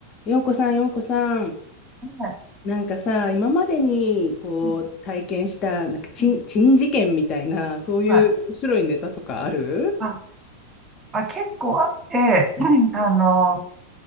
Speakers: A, on the left; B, on the right.
A: 洋子さん、洋子さん、
B: はい。
A: なんかさ、今までにこう体験した、
B: うん
A: なんか珍、
B: うん
A: 珍事件みたいな、そういう面白いネタとかある
B: はい。あ、あ、結構あって、<clears throat> あの、